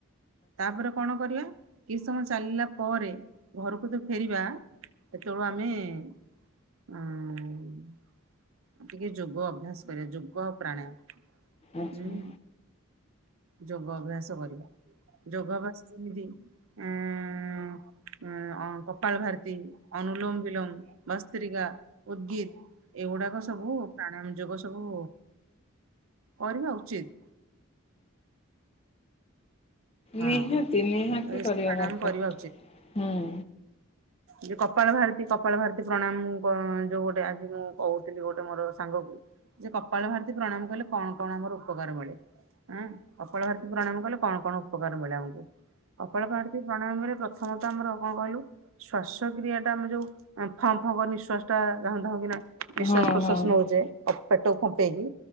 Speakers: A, on the right; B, on the left.
A: ତାପରେ କଣ କରିବା। କିଛି ସମୟ ଚାଲିଲା ପରେ ଘରକୁ ତ ଫେରିବା ସେତେବେଳୁ ଆମେ। ଉଁ। ଟିକେ ଯୋଗ ଅଭ୍ୟାସ କରିବା ଯୋଗ ଆଉ ପ୍ରାଣାୟାମ।
B: ଆଚ୍ଛ।
A: ହୁଁ ଯୋଗ ଅଭ୍ୟାସ କରିବା ଯୋଗ ଅଭ୍ୟାସ ଯେମିତି ଏଁ ଉ କପାଳ ଭାରତୀ ଅନୁଲୋମ ବିଲୋମ ବସ୍ତ୍ରିକା ଉଦ୍ଗିତ୍। ଏ ଗୁଡାକ ସବୁ ପ୍ରାଣାୟାମ ଯୋଗ ସବୁ କରିବା ଉଚିତ। ହଁ
B: ନିହାତି ନିହାତି
A: ଏସବୁ
B: କରିବା
A: ପ୍ରାଣାୟାମ
B: ଦରକାର
A: କରିବା
B: ହୁଁ।
A: ଯଉ କପାଳ ଭାରତୀ କପାଳ ଭାରତୀ ପ୍ରଣାୟାମ ଯୋଉ ଗୋଟେ ଆଜି ମୁଁ କହୁଥିଲି ଗୋଟେ ମୋର ସାଙ୍ଗ କୁ। ଯେ କପାଳ ଭାରତୀ ପ୍ରଣାମ କଲେ କଣ କଣ ଆମର ଉପକାର ମିଳେ। ହଁ କପାଳ ଭାରତିକୁ ପ୍ରଣାମ କଲେ କଣ କଣ ଉପକାର ମିଳେ ଆମକୁ। କପାଳ ଭାରତୀ ପ୍ରଣାୟମରେ ପ୍ରଥମ ତଃ ଆମର କଣ କହିଲୁ ଶ୍ଵାସ କ୍ରିୟା ଟା ଆମେ ଯୋଉ। ଫଁ ଫଁ ନିଶ୍ୱାସ ଟା ଧାଉଁ ଧାଉଁ କି ନା ନିଶ୍ଵାସ
B: ହଁ
A: ପ୍ରଶ୍ୱାସ
B: ହଁ ହଁ
A: ନଉଛେ ପେଟକୁ ଫମ୍ପେଇକି।